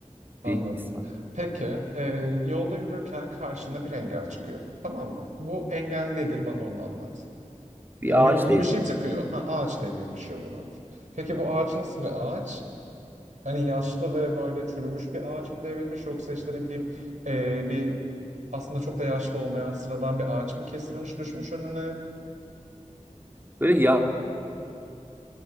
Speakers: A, on the right; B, on the right.
A: Anladım.
B: bir his var.
A: Peki, e, yolda yürürken karşına bir engel çıkıyor. Tamam mı? Bu engel nedir? Bana onu anlat.
B: Bir
A: Yani
B: ağaç
A: yolunu
B: değil.
A: bir şey tıkıyor. Ha, ağaç devrilmiş yoluna. Peki bu ağaç nasıl bir ağaç? Hani yaşlı ve böyle çürümüş bir ağaç mı devrilmiş yoksa işte ne bileyim e, bir aslında çok da yaşlı olmayan sıradan bir ağaç mı kesilmiş düşmüş önüne?
B: Böyle yağın